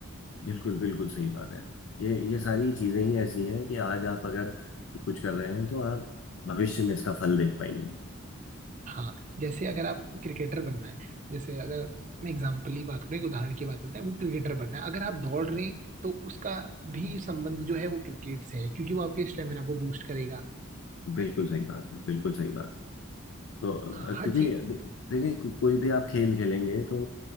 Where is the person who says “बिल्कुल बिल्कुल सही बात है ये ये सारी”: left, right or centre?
Left